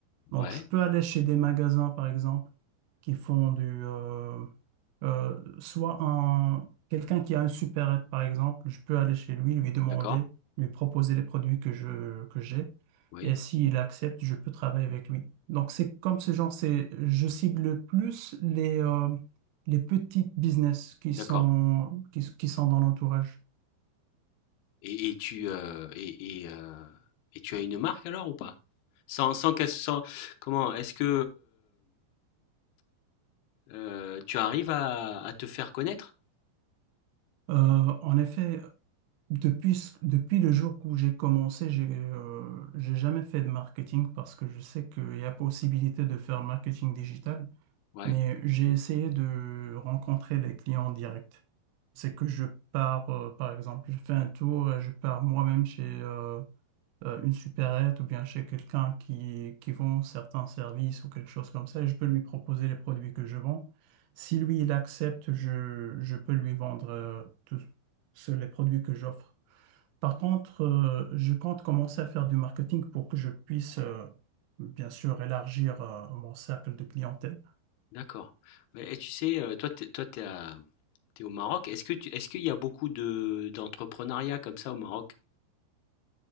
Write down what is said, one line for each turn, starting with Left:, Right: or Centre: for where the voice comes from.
Right: Donc,
Left: Ouais,
Right: je peux aller chez des magasins, par exemple, qui font du... euh, euh, soit un, quelqu'un qui a un supérette, par exemple, je peux aller chez lui, lui demander,
Left: d'accord,
Right: lui proposer les produits que je, que j'ai.
Left: oui,
Right: Et s'il accepte, je peux travailler avec lui. Donc, c'est comme ce genre, c'est, je cible plus les, euh, les petites business qui
Left: d'accord.
Right: sont, qui, qui sont dans l'entourage.
Left: Et et tu, heu et et heu et tu as une marque alors ou pas? Sans sans qu'elle sans comment? Est-ce que, hem, heu, tu arrives à à te faire connaître?
Right: Euh, en effet, Depuis, ce- depuis le jour où j'ai commencé, j'ai euh, j'ai jamais fait de marketing parce que je sais qu'il y a possibilité de faire le marketing digital,
Left: Ouais,
Right: mais j'ai essayé de rencontrer les clients en direct. C'est que je pars, euh, par exemple, je fais un tour et je pars moi-même chez euh, euh, une supérette ou bien chez quelqu'un qui, qui vend certains services ou quelque chose comme ça et je peux lui proposer les produits que je vends. Si lui, il accepte, je, je peux lui vendre euh, tous tous les produits que j'offre. Par contre, euh, je compte commencer à faire du marketing pour que je puisse, euh, bien sûr, élargir, euh, mon cercle de clientèle.
Left: d'accord. Mais et tu sais, heu, toi, tu toi, t'es à tu au Maroc. Est-ce que tu est-ce qu'il y a beaucoup de d'entrepreneuriat comme ça au Maroc?